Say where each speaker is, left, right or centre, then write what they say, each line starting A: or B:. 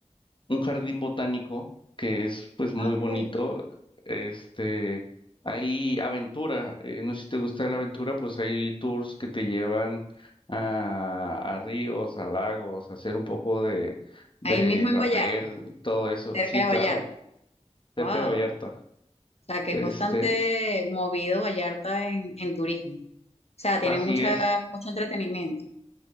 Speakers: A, on the left; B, on the left.
A: Un jardín botánico que es pues muy
B: Ah,
A: bonito.
B: ok.
A: Este, hay aventura, eh, no sé si te gusta la aventura, pues hay tours que te llevan a, a ríos, a lagos, a hacer un poco de, de
B: Ahí mismo en
A: rapel,
B: Vallarta,
A: todo eso.
B: cerca
A: Sí,
B: de
A: claro,
B: Vallarta.
A: cerca
B: Wow.
A: de Vallarta.
B: sea, que
A: Este,
B: es bastante movido Vallarta en, en turismo. O sea, tiene
A: así
B: mucha,
A: es.
B: mucho entretenimiento.